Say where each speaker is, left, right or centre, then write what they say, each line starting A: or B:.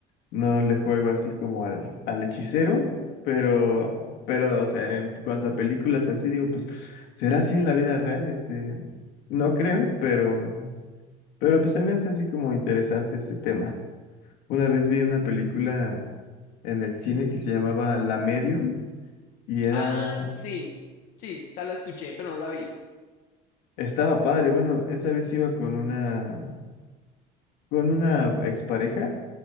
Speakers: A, on the left; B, on the left.
A: no le juego así como al, al hechicero, pero, pero, o sea, en cuanto a películas y así, digo, pues, ¿será así en la vida real? Este, no creo, pero, pero pues se me hace así como interesante ese tema. Una vez vi una película en el cine que se llamaba La Medium y era,
B: Ah, sí. Sí, ya la escuché, pero no la vi.
A: estaba padre, bueno, esa vez iba con una, con una expareja.